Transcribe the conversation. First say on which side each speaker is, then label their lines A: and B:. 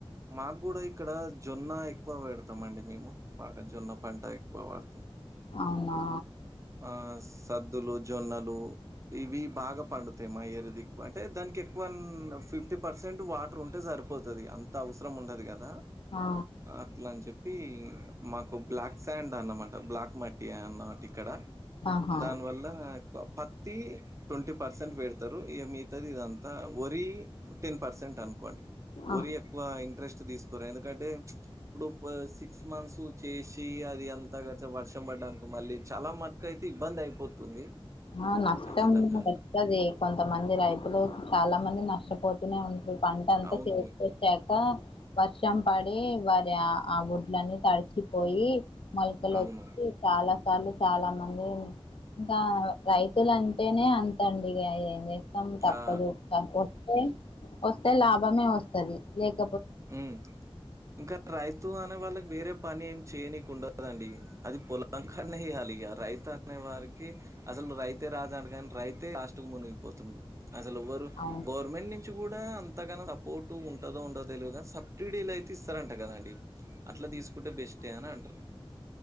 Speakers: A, on the right; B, on the left.
A: మాకు కూడా ఇక్కడ జొన్న ఎక్కువ పేడతాం అండి మేము బాగా జొన్న పంట ఎక్కువ వాడతాం,
B: అవునా
A: ఆ సద్దులు, జొన్నలు ఇవి బాగా పండుత అంతే మా ఏరియా దిక్కు ఎక్కువ అంటే దానికి ఎక్కువ ఫిఫ్టీ పర్సెంట్ వాటర్ ఉంటే సరిపోతది, అంత అవసరం ఉండది కదా
B: ఆ,
A: అట్లా అని చె ప్పి మాకు బ్లాక్ శాండ్ అన్నమాట బ్లాక్ మట్టి అన్నమాట ఇక్కడ
B: ఆహా
A: దాని వల్ల పత్తి ట్వంటీ పర్సెంట్ పేడతారు, ఇగా మిగతాది ఇదంతా వరి టెన్ పర్సెంట్, అనుకోండి వరి
B: ఆ.
A: ఎక్కువ ఇంట్రెస్ట్ తీసుకోరు ఎందుకంటే ఇప్పుడు సిక్స్ మంత్స్ చేసి అది అంతా వర్షం ప డాది అనుకో మళ్ళీ చాలా మటుకు అయితే ఇబ్బంది అయిపోతుంది
B: ఆ నష్టం
A: ఖచ్చితంగా
B: వస్తది
A: అలా
B: కొంతమంది రైతులు చాలా మంది నష్టపోతూనే ఉం ఇప్పుడు పంట అంతా
A: అవును
B: చేతికి వచ్చాక వర్షం పడి వరి ఆ ఆ వడ్లన్నీ తడిచిపోయి, మొలకలు
A: అవును
B: వచ్చి చాలా సార్లు చాలా మంది ఇంకా రైతులు అంటేనే అంతండి ఇగ ఏం చేస్తాం తప్పదు
A: ఆ
B: కా పోతే వస్తే లాభమే వస్తది లేక
A: ఉ ఇంకా రైతు అనే వాళ్ళకి వేరే పని ఏమి చేయనీకి ఉండది కదండీ అది పొలం కనేయ్యాలిగ రైతు అనే వారికి అసలు రైతే రాజా అంటరు గానీ రైతే లాస్టుకు మునిగిపోతుడు, అసలు ఎవ్వరు
B: అవును
A: గవర్నమెంట్ నుంచి కూడా అంతగాన సపోర్ట్ ఉంటదో ఉండదు తెలువద్ గా సబ్సిడీలు అయితే ఇస్తారంట, గ దండి అట్లా తీసుకుంటే బెస్టే అని అంటరు